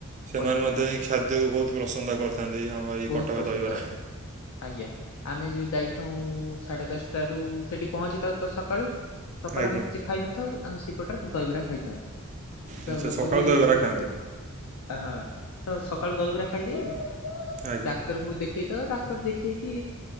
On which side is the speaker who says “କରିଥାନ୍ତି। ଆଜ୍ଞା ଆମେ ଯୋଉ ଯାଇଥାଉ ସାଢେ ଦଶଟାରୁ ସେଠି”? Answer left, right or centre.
Left